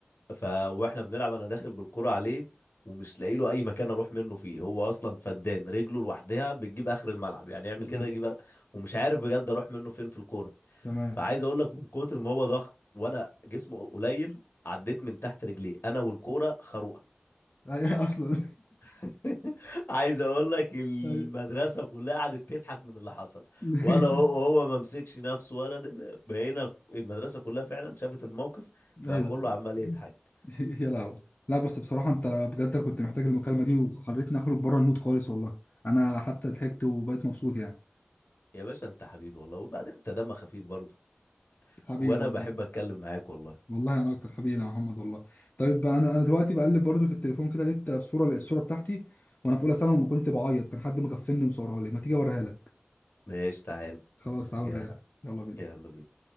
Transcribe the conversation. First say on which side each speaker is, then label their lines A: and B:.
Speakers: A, on the left; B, on the left.
A: ف واحنا بنلعب انا داخل بالكرة عليه ومش لاقي له اي مكان اروح منه فيه هو اصلا فدان رجله لوحدها بتجيب اخر الملعب يعني يعمل
B: تمام
A: كده يجيب آخر- ومش عارف بجد اروح منه فين في الكرة
B: تمام
A: فعايز اقول لك من كتر ما هو ضخم وانا جسمه قليل عديت من تحت رجليه انا والكوره خروقه
B: <laughs> أي- اصلا
A: <laughs> عايز اقول لك المدرسه
B: <laughs> أي.
A: كلها قعدت تضحك من اللي حصل
B: <laughs>
A: ولا هو هو ما مسكش نفسه ولا ده بقينا المدرسه كلها فعلا شافت الموقف بقى
B: ايوه
A: كله عمال يضحك
B: <laughs> يا لهوي لا بس بصراحة انت بجد أنا كنت محتاج المكالمة دي وخلتني اخرج بره المود خالص والله انا حتى ضحكت وبقيت مبسوط يعني
A: يا باشا انت حبيبي والله وبعدين انت دمك خفيف برضه
B: حبيبي
A: وانا
B: والله
A: بحب اتكلم معاك والله
B: والله انا اكتر حبيبي يا محمد والله طيب انا انا دلوقتي بقلب برضو في التليفون كده لقيت صورة الصورة بتاعتي وانا في اولى ثانوي لما كنت بعيط كان حد مغفلني وصورها لي ما تيجي اوريها لك
A: ماشي تعال
B: خلاص تعالى
A: يلا
B: اوريها لك يلا بينا
A: يلا بينا